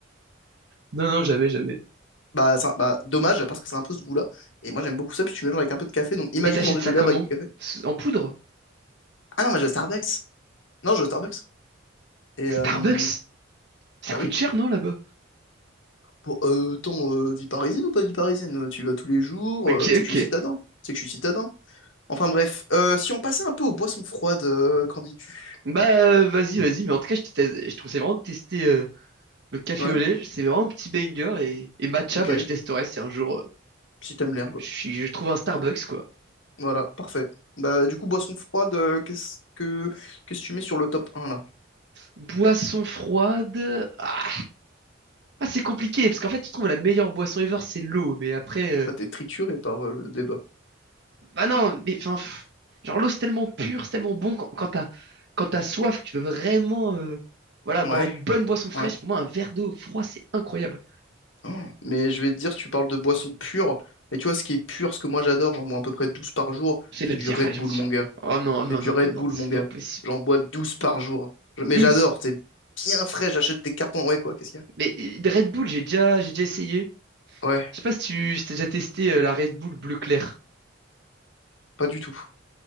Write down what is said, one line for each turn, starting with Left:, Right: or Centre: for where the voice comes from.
Right: Non, non, jamais, jamais.
Left: Bah, ça- bah, dommage, parce que c'est un peu ce goût-là. Et moi, j'aime beaucoup ça, puis tu mélanges avec un peu de café, donc imagine
Right: Mais t'achètes
Left: manger
Right: ça
Left: de l'herbe
Right: comment?
Left: avec du café.
Right: En poudre?
Left: Ah non, mais je vais au Starbucks. Non, je vais au Starbucks. Et
Right: Starbucks?
Left: euh,
Right: Ça
Left: bah
Right: coûte
Left: oui.
Right: cher, non, là-bas?
Left: Bon, euh, attends, euh, vie parisienne ou pas vie parisienne? Tu vas tous les jours,
Right: Ok,
Left: euh, tu
Right: ok.
Left: sais que je suis citadin, tu sais que je suis citadin. Enfin bref, Euh, si on passait un peu aux boissons froides, euh, qu'en dis-tu?
Right: Bah, euh, vas-y, vas-y. Mais en tout cas, je te, teste- je te conseille vraiment de tester euh, le café
Left: Ouais,
Right: au lait. C'est vraiment un petit banger. Et, et matcha,
Left: ok,
Right: bah, je testerai si un jour euh,
Left: si t'aimes l'herbe.
Right: je, suis- je trouve un Starbucks, quoi.
Left: Voilà, parfait. Bah du coup, boissons froides, euh, qu'est-ce que qu'est-ce que tu mets sur le top un là?
Right: Boisson froide. Ah, Ah, c'est compliqué. Parce qu'en fait, tu trouves la meilleure boisson ever, c'est l'eau. Mais après, euh,
Left: T'as été trituré par euh, le débat.
Right: Bah non, mais enfin, pff, genre l'eau c'est tellement pur, c'est tellement bon quand, quand t'as quand t'as soif, que tu veux vraiment euh, voilà, boire
Left: Ouais,
Right: une bonne boisson fraîche.
Left: ouais.
Right: Pour moi, un verre d'eau froid, c'est incroyable.
Left: Oh, Mais je vais te dire, tu parles de boissons pures, mais tu vois, ce qui est pur, ce que moi j'adore, j'en bois à peu près 12 par jour,
Right: C'est
Left: c'est
Right: de la
Left: du
Right: bière,
Left: Red
Right: allez, j'en
Left: Bull,
Right: suis
Left: mon
Right: sûr.
Left: gars.
Right: Oh non,
Left: C'est
Right: non,
Left: du
Right: non,
Left: Red
Right: non, non,
Left: Bull,
Right: c'est
Left: mon gars.
Right: pas possible.
Left: J'en bois 12 par jour. Je- Mais
Right: douze
Left: j'adore, c'est bien frais, j'achète des cartons. Ouais, quoi, qu'est-ce qu'il y
Right: Mais euh, des Red Bull, j'ai déjà, j'ai déjà essayé.
Left: a? Ouais,
Right: Je sais pas si tu si t'as déjà testé euh, la Red Bull bleu clair.
Left: pas du tout.